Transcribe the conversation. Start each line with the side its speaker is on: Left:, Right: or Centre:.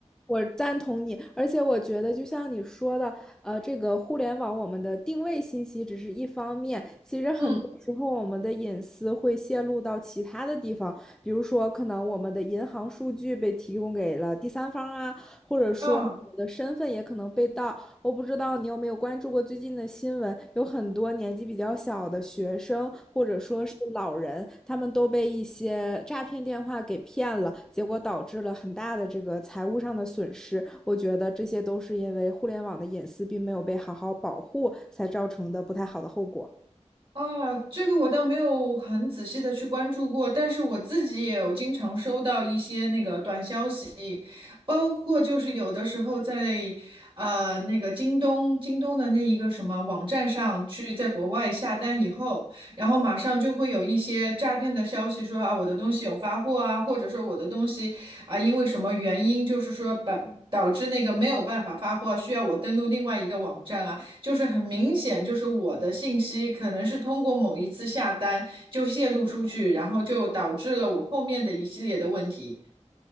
Centre: 我赞同你，而且我觉得就像你说的，呃，这个互联网我们的定位信息只是一方面，其实很多时候我们的隐私会泄露到其他的地方，
Right: 嗯，
Centre: 比如说可能我们的银行数据被提供给了第三方啊，或者说我们的身份也可能被盗，
Right: 嗯。
Centre: 我不知道你有没有关注过最近的新闻，有很多年纪比较小的学生或者说是老人，他们都被一些诈骗电话给骗了，结果导致了很大的这个财务上的损失。我觉得这些都是因为互联网的隐私并没有被好好保护才造成的不太好的后果。
Right: 啊，这个我倒没有很仔细的去关注过，但是我自己也有经常收到一些那个短消息，包括就是有的时候在呃那个京东京东的那一个什么网站上去在国外下单以后，然后马上就会有一些诈骗的消息说啊我的东西有发货啊，或者说我的东西啊因为什么原因就是说把导致那个没有办法发货，需要我登录另外一个网站啊。就是很明显，就是我的信息可能是通过某一次下单就泄露出去，然后就导致了我后面的一系列的问题。